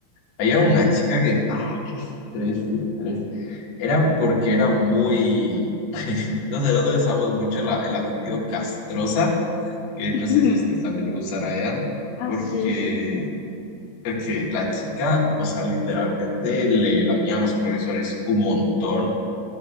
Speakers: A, on the left; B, on the left.
A: Había una chica que... Ah, qué estrés, qué estrés. Era porque era muy... <laughs> Nosotros usamos mucho la- el adjetivo castrosa, que no
B: <laughs>
A: sé si ustedes también lo usarán allá,
B: Ah,
A: porque,
B: sí, sí, sí.
A: porque la chica, o sea, literalmente le lamía a los profesores un montón.